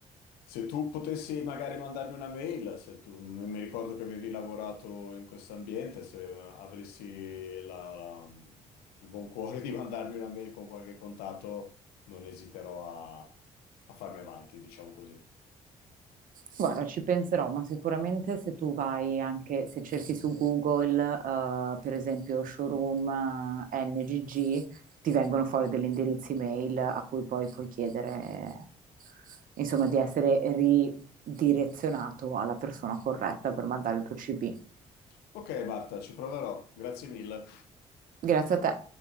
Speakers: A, on the left; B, on the right.
A: Se tu potessi magari mandarmi una mail, se tu, mi mi ricordo che avevi lavorato in questo ambiente, se avessi la- la- il buon cuore di mandarmi una mail con qualche contatto, non esiterò a, a farmi avanti, diciamo così.
B: Guarda, ci penserò, ma sicuramente se tu vai anche, se cerchi su Google, eh, per esempio showroom eh, NGG, ti vengono fuori degli indirizzi mail a cui poi puoi chiedere, insomma, di essere ridirezionato alla persona corretta per mandare il tuo CV.
A: Ok, Marta, ci proverò. Grazie mille.
B: Grazie a te.